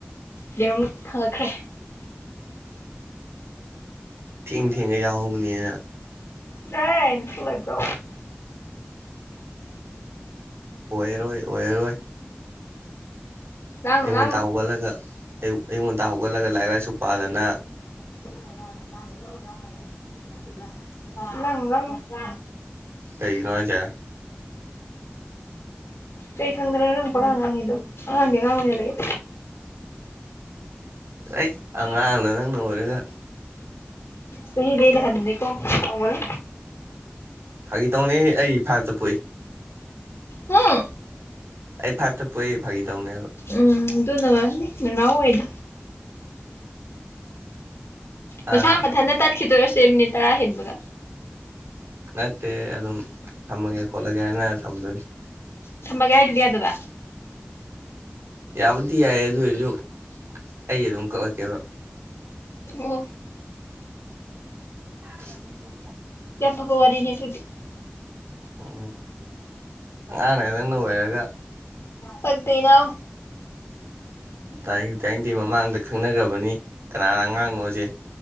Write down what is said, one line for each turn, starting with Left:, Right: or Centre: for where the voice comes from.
Left: ꯌꯦꯔꯨꯝ ꯊꯥꯡꯒꯠꯈ꯭ꯔꯦ
Right: <inaudible> ꯊꯦꯡ ꯊꯦꯡꯒꯩ ꯌꯥꯎꯍꯧꯅꯦꯅ
Left: ꯆꯂꯍꯦ ꯅꯊꯧ ꯂꯩꯕ꯭ꯔꯣ
Right: ꯑꯣꯏꯔꯣꯏ ꯑꯣꯏꯔꯣꯏ
Left: ꯂꯥꯡꯅꯨ
Right: ꯑꯌꯨꯛ ꯉꯟꯇ
Left: ꯂꯥꯡꯅꯨ
Right: ꯍꯧꯒꯠꯂꯒ ꯑꯩ ꯑꯩꯌꯨꯛ ꯉꯟꯇ ꯍꯧꯒꯠꯂꯒ ꯂꯥꯏꯔꯤꯛ ꯂꯥꯏꯁꯨ ꯄꯥꯗꯅ
Left: <unintelligible> <inaudible> ꯅꯪ ꯅꯪ <unintelligible>
Right: ꯀꯩꯒꯤꯅꯣ ꯍꯥꯏꯁꯦ
Left: ꯀꯩ ꯈꯪꯗꯅ ꯅꯪꯅ ꯄꯉꯥꯡ ꯉꯥꯡꯉꯤꯗꯨ ꯑꯉꯥꯡꯗꯤ ꯑꯉꯥꯡ ꯑꯣꯢꯅ ꯂꯩꯌꯨ
Right: ꯑꯩꯁ ꯑꯉꯥꯡꯅ ꯅꯪꯅ ꯑꯣꯏꯔꯒ
Left: ꯆꯍꯤꯗꯤ ꯑꯩꯅ ꯍꯟꯕꯅꯦꯀꯣ ꯀꯥꯎꯒꯅꯨ
Right: ꯐꯥꯒꯤ ꯇꯧꯅꯦ ꯑꯩ ꯐꯥꯏꯞꯇ ꯄꯣꯛꯏ
Left: ꯍꯨꯝ
Right: ꯑꯩ ꯐꯥꯏꯞꯇ ꯄꯣꯛꯏ ꯐꯥꯒꯤ ꯇꯧꯅꯦꯕ
Left: ꯎꯝ ꯑꯗꯨꯅ ꯑꯣꯏꯔꯝꯅꯤ ꯅꯅꯥꯎ ꯍꯣꯏꯗꯣ ꯃꯁꯥ
Right: ꯑꯥ
Left: ꯃꯊꯟꯇ ꯇꯠꯈꯤꯗꯣꯏꯔꯁꯦ ꯃꯤꯅꯤꯠ ꯇꯔꯥ ꯍꯦꯟꯕꯒ
Right: ꯅꯠꯇꯦ ꯑꯗꯨꯝ ꯊꯝꯃꯒꯦ ꯈꯣꯠꯂꯒꯦ ꯍꯥꯏꯅꯔ ꯊꯝꯗꯣꯏꯅꯤ
Left: ꯊꯝꯃꯒꯦ ꯍꯥꯏꯗꯨꯗꯤ ꯌꯥꯗꯕ
Right: ꯌꯥꯕꯨꯗꯤ ꯌꯥꯏ ꯑꯗꯨ ꯑꯣꯏꯔꯁꯨ ꯑꯩ ꯑꯗꯨꯝ ꯀꯛꯂꯛꯀꯦꯕ
Left: ꯑꯣ
Right: <inaudible>
Left: ꯌꯥꯝ ꯐꯕ ꯋꯥꯔꯤꯅꯦ ꯑꯗꯨꯗꯤ
Right: ꯎꯝ ꯑꯉꯥꯡꯅ ꯅꯪꯅ ꯑꯣꯏꯔꯒ
Left: ꯄꯟꯇꯦꯅꯝ
Right: ꯇꯥꯢꯡ ꯇꯥꯏꯡ ꯗꯤ ꯃꯃꯥꯡꯗ ꯈꯪꯅꯈ꯭ꯔꯕꯅꯤ ꯀꯅꯥꯅ ꯑꯉꯥꯡꯅꯣꯁꯦ